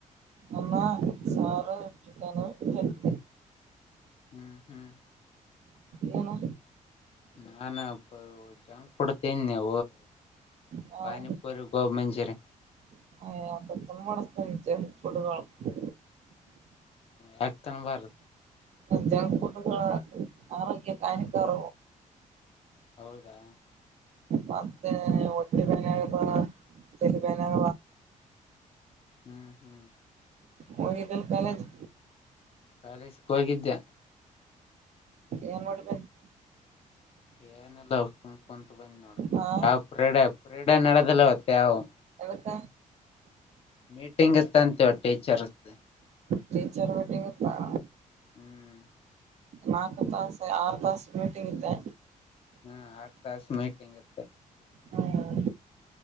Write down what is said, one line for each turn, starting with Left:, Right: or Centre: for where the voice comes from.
Right: ಅನ್ನಾ ಸಾರಾ ಚಿಕಾನಾ ತತ್ತಿ
Left: ಹ್ಮು ಹ್ಮು
Right: ಹಾ
Left: ನಾನ ಜಂಕ್ ಕೊಡ್ತೇನಿ <unintelligible>
Right: ನಾವು
Left: <unintelligible> ಗವರ್ಮೆಂಟ್ ಸರಿ
Right: <unintelligible>
Left: ಹಾಕ್ ಕಲಂದರ್
Right: ಜಂಕ್ ಫುಡ್ ಗಳು ಆರೋಗ್ಯಕ ಹಾಕಾನಿಕಾರ
Left: ಹೌದಾ
Right: ಮತ್ತೆ ಒಟ್ಟಿ ಬನಾಗ ಚಲಿ ಬನಾಗ
Left: ಹ್ಮು ಹ್ಮು
Right: ಹೋಗಿದ್ದಿಲ ಕಾಲೇಜಗಿ
Left: ಕಾಲೇಜಿಗೆ ಹೋಗಿದ್ದೆ
Right: ಏನ್ ಮಾಡ <unintelligible>
Left: ಏನಿಲ್ಲಾ ಸುಮ ಕುಂತ ಬಂದಿ ನೋಡು
Right: ಹಾ
Left: ಯಾವ್ ಪಿರ್ಡ ಪಿರಿಯಡ್ ನಡದಿಲ್ಲತ್ತ ಇವತ್
Right: ಯದಕ್ಕ
Left: ಮೀಟಿಂಗ್ ಇತ್ತಂತ ಟೀಚರ್ ದು
Right: ಟೀಚರ್ ಮೀಟಿಂಗ್ ಇತ್ತಲಾ-
Left: ಹ್ಮ್
Right: ನಾಲ್ಕು ತಾಸ ಆರ ತಾಸ ಮೀಟಿಂಗ್ ಇತ್ತ
Left: ಹಾ ಆರ್ ತಾಸ ಮಿಂಟಿಂಗ ಇತ್ತ
Right: ಹ್ಮ್